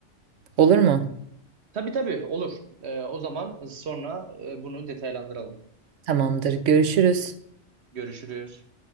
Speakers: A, on the right; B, on the right.
A: Olur mu?
B: Tabii tabii olur. E, o zaman sonra e, bunu detaylandıralım.
A: Tamamdır. Görüşürüz.
B: Görüşürüz.